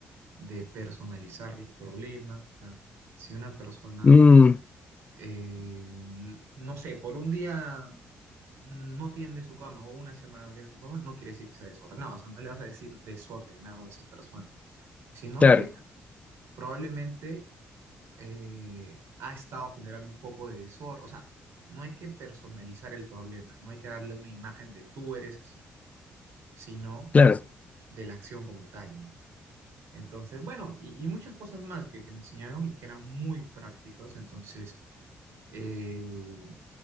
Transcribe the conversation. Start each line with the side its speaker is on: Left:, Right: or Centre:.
Right: de personalizar los problemas. O sea, si una persona,
Left: Mm,
Right: eh, n- no sé, por un día no tiende su cama o una semana no tiende su cama, no quiere decir que sea desordenado. O sea, no le vas a decir desordenado a esa persona, sino
Left: claro,
Right: que probablemente eh, ha estado generando un poco de desorden. O sea, no hay que personalizar el problema, no hay que darle una imagen de tú eres así, sino
Left: claro.
Right: de la acción como tal, ¿no? Entonces, bueno, y, y muchas cosas más que, que me enseñaron y que eran muy prácticos. Entonces, eh,